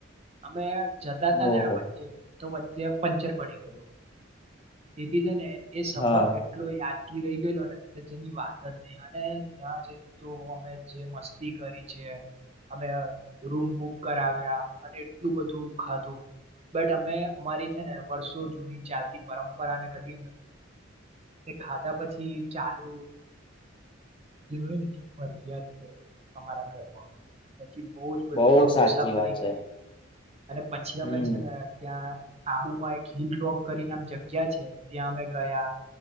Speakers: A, on the right (about 30°); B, on the left (about 25°).
A: અમે જતા હતા ને
B: ઓહો
A: આ વચ્ચે તો વચ્ચે પંચર પડી ગયેલું તેથી જ ને એ સફર
B: હા
A: એટલો યાદગીર રહી ગયેલો ને અત્ય જેની વાત ન અને ત્યાં જઈને તો અમે જે મસ્તી કરી છે અમે રૂમ બુક કરાવ્યા અને એટલું બધું ખાધું બટ અમે અમારી છે ને વર્ષો જૂની ચાલતી પરંપરા ને કદી અ એ ખાધા પછી ચાલુ જે કે ફરજીિયાત છે અમારા ઘરમાં પછી બહ જ બધું
B: બહુ
A: આ
B: સાચી
A: મુસાફરી
B: વાત છે
A: કરી અને પછી
B: હમ
A: અમે છે ને ત્યાં આબુમાં એક હિલ રોક કરીને જગ્યા છે ત્યાં અમે ગયા